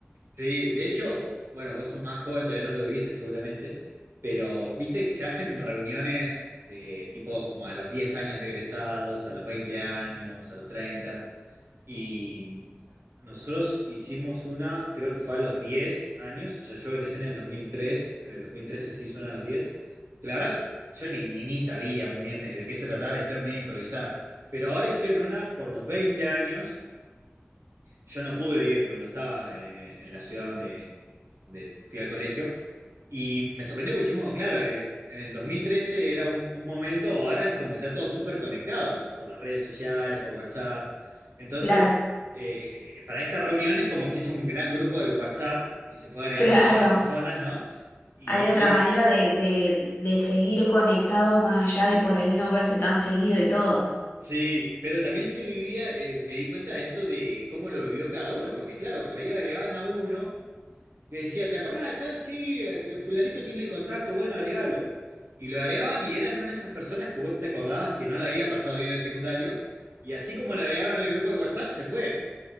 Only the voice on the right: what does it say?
sí, de hecho, bueno, vos sos más joven, todavía no lo viviste seguramente, pero viste, se hacen reuniones de tipo como a los 10 años de egresados, a los 20 años, a los treinta Y nosotros hicimos una, creo que fue a los 10 años, o sea, yo egresé en el dos mil tres en el 2013 se hizo una a los diez que la verdad yo, yo ni, ni, ni sabía muy bien de, de qué se trataba, la hicieron medio improvisada, pero ahora hicieron una por los 20 años yo no pude ir porque no estaba en, en- en la ciudad donde, donde fui al colegio. Y me sorprendió porque hicimos, claro, eh, en el 2013 era un, un momento, ahora es como que está todo súper conectado por las redes sociales, por WhatsApp. Entonces,
eh, para estas reuniones como que se hizo un gran grupo de WhatsApp y se fue agregando
todas las personas, ¿no? Y
ahí,
sí, pero también se vivía, eh, me di cuenta de esto de cómo lo vivió cada uno, porque claro, por ahí agregaban a uno. que decían, ¿te acordás de tal? Sí, eh, fulanito tiene el contacto, bueno, agregalo. Y lo agregaban y eran una de esas personas que vos te acordabas que no la había pasado bien en el secundario. Y así como lo agregaron en el grupo de WhatsApp, se fue.